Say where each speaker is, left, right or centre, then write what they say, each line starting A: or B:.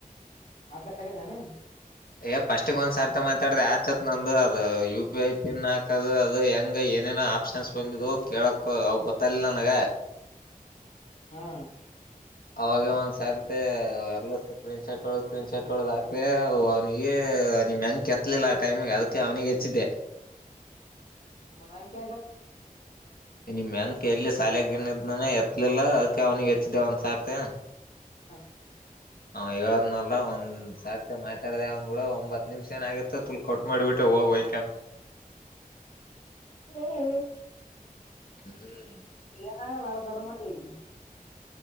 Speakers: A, on the left (about 60°); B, on the left (about 80°).
A: ಆತಾರದಾನ
B: ಏ ಪಫಸ್ಟ್ಿಗೆ ಒಂದ್ ಸಾರ್ತಿ ಮಾತಾಡ್ದ ಯಚ್ತ್ ನಂದುು ಅದು ಯು ಪಿ ಐ ಪಿನ್ ಹದು ಅದು ಹೆಂಗ ಏನೇನೋ ಆಪ್ಷನ್ಸ್ ಬಂದು ಕೇಳಕ್ ಅವ ಗೊತ್ತಿಲ್ಲ ನನಗ
A: ಹಾ
B: ಅವಾಗ ಒಂದ್ ಸರ್ತೆ ಎಲ್ಲ ಕ್ರಲೀನ್ ಶರ್ಟ್ ಹೊಡ ಕ್ನ್ ಶರ್ಟ್ ಹೊಡದ್ಕ ವ ಮ್ಯಾಂ ಹತ್ತಲಿಲ್ಲ ಆ ಟೈಮಿಗೆ ಅದಕ್ಕೆ ಅವ್ನಿಗೆ ಹೆಚ್ಚಿದ್ದೆ
A: ಮ್ಮಗ
B: ನಿಮ್ ಬ್ಯಾಂಕ್ ಎಲ್ಲಿ ಸಾಲ ಗನ ಇದ್ನಾನ ಎತ್ತಲಿಲ್ಲ ಅದಕ ಅವ್ನಿಗೆ ಹೆಚ್ಚ್ದ ಒಂದ್ಸತಿ
A: ಹಾ
B: ಹ ಹೇಳದ್ನಲ್ಲ ಒಂದ್ ಸಾರ್ತಿ ಮಾಹ್ತಿ ಕಳದ ಅವ್ ಕೂಡ ಒಂಬತ್ ನಿಮಿಷ ಏ ಆಗುತ್ತತ್ತುಲ್ ಕಟ್ ಮಾಡಿಬಟ್ಟ ಹೋಗ್ೋಯ
A: ಹ್ಮ್.
B: ಹ್ಮ್.
A: <unintelligible>